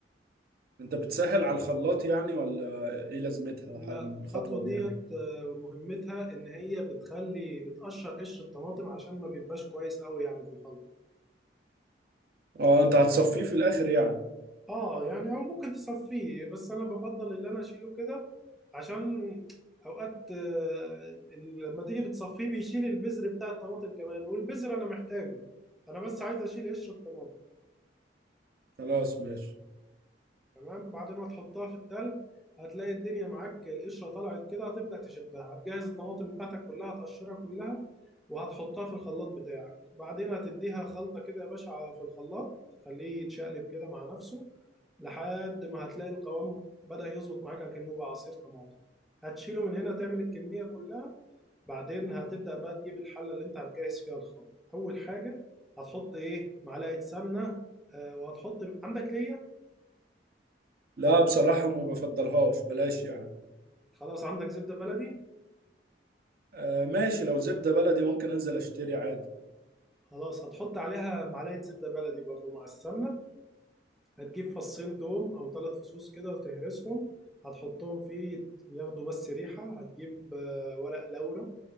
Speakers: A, on the right; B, in the centre.
A: انت بتسهل على الخلاط يعني ولا ايه لازمتها
B: لا
A: ح- الخطوة
B: الخطوه ديت
A: دي يعني
B: آه، مهمتها ان هي بتخلي بتقشر قشر الطماطم عشان ما بيبقاش كويس قوي يعني في الخلط
A: اه انت هتصفيه في الاخر يعني
B: اه يعني او ممكن تصفيه بس انا بفضل اللي انا اشيله كده عشان اوقات آه، ال- لما تيجي بتصفيه بيشيل البذر بتاع الطماطم كمان والبذر انا محتاجه انا بس عايز اشيل قشر الطماطم
A: خلاص ماشي
B: تمام بعد ما تحطها في التلج هتلاقي الدنيا معاك القشرة طلعت كده هتبدأ تشدها هتجهز الطماطم بتاعتك كلها هتقشرها كلها وهتحطها في الخلاط بتاعك بعدين هتديها خلطة كده يا باشا في الخلاط خليه يتشقلب كده مع نفسه لحد ما هتلاقي القوام بدأ يظبط معاك كأنه بقى عصير طماطم هتشيله من هنا تعمل الكمية كلها بعدين هتبدأ بقى تجيب الحلة اللي انت هتجهز فيها الخلطة أول حاجة هتحط ايه معلقة سمنة آه، وهتحط عندك ليا
A: لا بصراحة ما بفضلهاش بلاش يعني
B: خلاص عندك زبدة بلدي
A: آه ماشي لو زبدة بلدي ممكن انزل اشتري عادي
B: خلاص هتحط عليها معلقة زبدة بلدي برضو مع السمنة هتجيب فصين توم أو ثلاث فصوص كده وتهرسهم هتحطهم فيه ياخدوا بس ريحة هتجيب آه، ورق لورا